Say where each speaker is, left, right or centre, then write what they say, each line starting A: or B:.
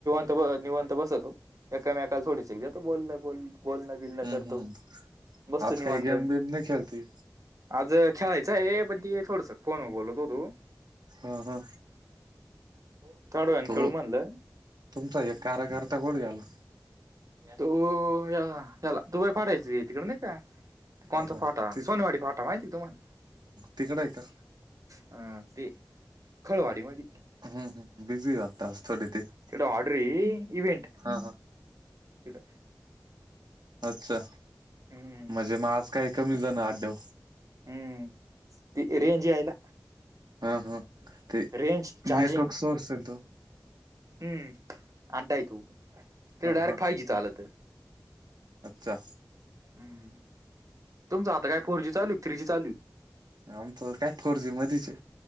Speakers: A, on the right; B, on the right.
A: निवांत बसतो. एकामेकाला थोडीशी <unintelligible> बोलणं बिलण
B: हम्म
A: करतो
B: हम्म.
A: बसतो
B: आज
A: निवांत.
B: काही गेम बेम नाही खेळती
A: आज खेळायचं आहे पण ते थोडस फोन बोलत होतो.
B: हा. हा.
A: थोड्या वेळानं
B: तो
A: खेळू म्हणलं
B: तुमचा एक कारागर. आता कुठे? गेला.
A: तू हयाला दुबई फडायच तिकड नाही का? कोणचा?
B: हा हा
A: फाटा,
B: ते
A: सोनेवाडी फाटा माहितीय तुम्हाला.
B: तिकडं आहे का?
A: अ ते खळवाडी मदी.
B: हम्म. हम्म. बिझी हो आता थोडी ते.
A: तिकडं ऑर्डर आहे
B: हा.
A: इव्हेंट
B: हा.
A: तिकडं
B: अच्छा
A: हम्म
B: म्हजे मग आज काही कमी जणां आडयावर.
A: हम्म. ती रेंज यायला.
B: हा. हा. ते.
A: रेंज चार्जिंग
B: नेटवर्क सोर्स येतो.
A: हम्म अडाय तू त
B: हा
A: डायरेक्ट
B: हा.
A: फायव जी चालतय <unintelligible>
B: अच्छा.
A: हम् तुमचं आता काय फोर जी चालू थ्री जी चालूय?
B: आमच काय फोर जी मध्येचये.